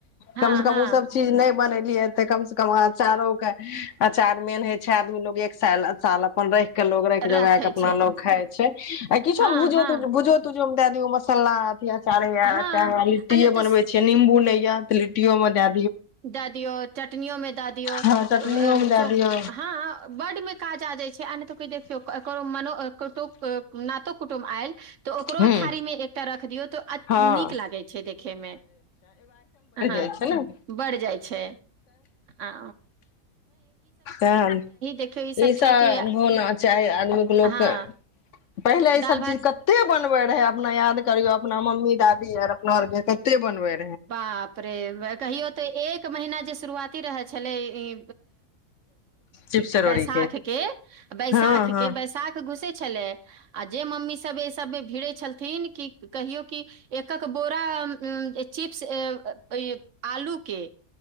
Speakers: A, on the right; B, on the left.
A: हँ
B: कम से कम
A: हँ
B: ओ सब चीज नय बनेलियै तऽ कम से कम अचारो के अचार मेन होय छै आदमी लोग एक साल अचार ल अपन रैख के लोग रैख जोगा
A: रखै
B: के अपना
A: छै
B: लोग खााय छै आ किछो
A: हँ
B: भुजय
A: हँ
B: तुजै भुजय म दे दियै मसाला आ अथि अचार वै
A: हँ
B: चाहे लिटये
A: आ नहि तऽ
B: बनबै छै निबू नय त लिटियो म दे
A: दए दियौ चटनियोमे दए दियौ
B: हँ चटनियो
A: चो
B: मे दए दियौ
A: हँ हाँ बर्ड मे काजा छै आ नहि तऽ देखियौ ककरो मनो कतोक के नतो कुटुम आयल तऽ ओकरो
B: हुँ
A: थारी मे एकटा रख दियौ तऽ अ
B: हँ
A: नीक लागे छै देखे मे अ
B: त खेलोअ
A: बढ़ि जाइ छै ह
B: तहन
A: देखियौ ई सब
B: ईसभ
A: छै कि
B: होना चाही आदमीके लोक
A: हँ
B: क पहिले ई
A: दालि
B: सब चीज
A: भात
B: कते बनबे रहे अपना याद करियो अपना मम्मी दादी आर अपना आर के कते बनवे
A: बाप रे कहियो तऽ एक महिना जे शुरुआती रहै छै भेलै
B: चिप्स
A: इ बे
B: चरौड़ी
A: बैसाख के बैसाख
B: हँ हँ
A: के बैसाख घुसे छलै आ जे मम्मी सब एहि सबमे भिड़े छलथिन कि कहियो कि एकक बोरा चिप्स ऐ अइ आलू के